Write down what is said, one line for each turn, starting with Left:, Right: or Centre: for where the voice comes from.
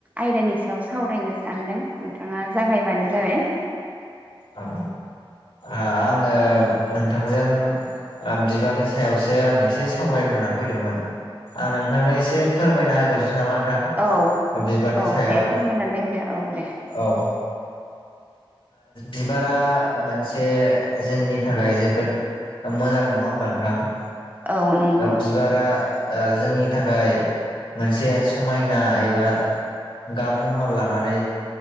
Right: आयदानि सायाव सावरायनो सानदों नोंथाङा जागायबानो जाबाय
Left: औ आङो नोंथांजों बिबारनि सायावसो आं एसे सावरायनो होननानै फैदोंमोन आं नोंथांनो एसे फोरमायना होग्रोसै नामा नोंथां
Right: औ
Left: बिबारनि
Right: औ
Left: सायाव
Right: दे फोरमायनानै होदो औ दे
Left: औ बिबारा मोनसे जोंनि थाखाय जोबोद मोजां नङा होमबा नोंथां
Right: औ नंगौ
Left: बिबारा जोंनि थाखाय मोनसे समायना एबा गाब महर लानानै